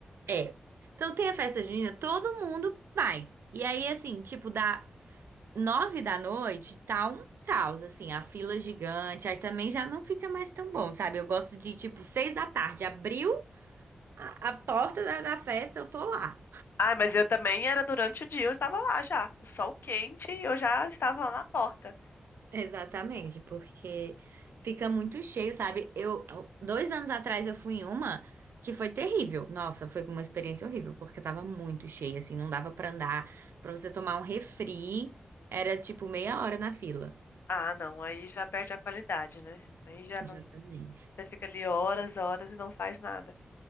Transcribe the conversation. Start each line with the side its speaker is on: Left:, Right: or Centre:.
Right: é. Então tem a festa junina, todo mundo vai. E aí, assim, tipo, dá. Nove da noite tá um caos, assim, a fila gigante, aí também já não fica mais tão bom, sabe? Eu gosto de, tipo, seis da tarde, abriu a, a porta da, da festa, eu tô lá.
Left: Ah, mas eu também era durante o dia, eu estava lá já. O sol quente e eu já estava lá na porta.
Right: Exatamente, porque fica muito cheio, sabe? Eu, dois anos atrás eu fui em uma que foi terrível. Nossa, foi uma experiência horrível, porque tava muito cheio, assim, não dava pra andar. Pra você tomar um refri, era tipo meia hora na fila.
Left: Ah, não, aí já perde a qualidade, né? Aí já não.
Right: Justamente.
Left: Você fica ali horas, horas e não faz nada.